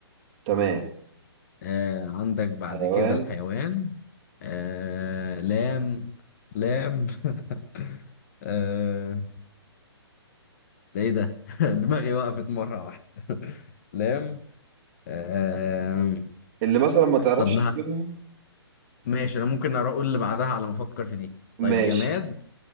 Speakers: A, on the right; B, on the left.
A: تمام
B: آه عندك بعد
A: حيوان
B: كده الحيوان آه لام لام <laughs> آه ده ايه ده <laughs> دماغي وقفت مرة واحدة <laughs> لام آه
A: اللي مثلا ما تعرفش
B: طب
A: تجيبها
B: ماشي انا ممكن اروح اقول اللي بعدها على ما افكر في دي طيب
A: ماشي
B: جماد